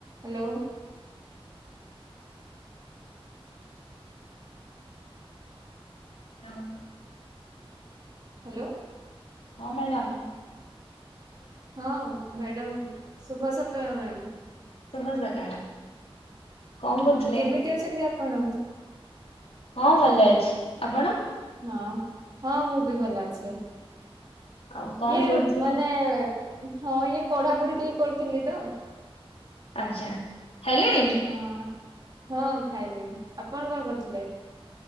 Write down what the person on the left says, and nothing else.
<unintelligible>
ହଁ madam.
ଶୁଭ ସକାଳ। କଣ କରୁଥିଲେ?
ହଁ ଭଲ ଅଛି, ଆପଣ?
ଆଉ କଣ
କରୁଥିଲେ?
ଆଚ୍ଛା। ଖାଇଲେଣି